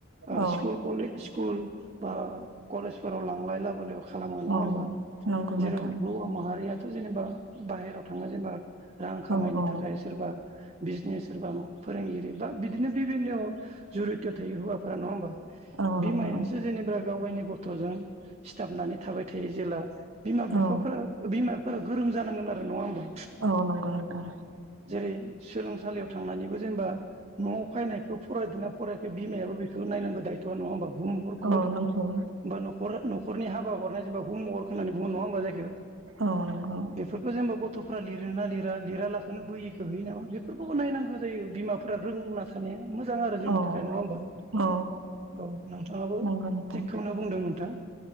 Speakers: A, on the right; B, on the right.
A: औ
B: स्कुल कलेज सि कुल बा कलेज फोराव लांलाय लाबोलायाव खालामो नङा
A: औ
B: होमबा
A: नंगौ
B: जेराव
A: नोंथां
B: हौवा माहारिया थ' जेनेबा बाहेराव थाङो जेनेबा रां खामायनो
A: औ औ
B: थाखाय सोरबा बिजनेस सोरबा फोरोंगिरि बा बिदिनो बिभिन्न जुरि राव थायो हौवाफोरा नङा होमबा
A: औ
B: बिमायासो
A: नंगौ
B: जेनेबा गाव गावनि गथ'जों सिथाबनानै थाबाय थायो जेला बिमा बिफाफोरा
A: औ
B: बिमाफोरा गोरों जानांगोन आरो नङा होमबा?
A: औ नंगौ नोंथां
B: जेरै-सोलोंसालियाव थांनानैबो जेनेबा न'आव फैनायखौ फरायदोंना फरायखै बिमायाबो बेखौ नायनांगौ दायथ'आ नङा होमबा हम वर्कफोर
A: औ नंगौ
B: बा न'खरा न'ख- हरनि हाबा हरनाय जेनबा हमवर्क होनानै गुबुन नङा होमबा जायखो
A: औ नंगौ
B: बेफोरखौ जेनेबा गथ'- प्रलि <inaudible> लिरना लिरा-लिरा लाख- बैयोखो हैयो नामा? बेफोरखौबो नायनांगौ जायो बिमा- फोरा रोंना थानाया मोजां आरो जोंनि
A: औ
B: थाखाय नङा होमबा
A: औ
B: औ नोंथाङाबो
A: नंगौ नोंथां
B: थिगखौनो बुंदों नोंथां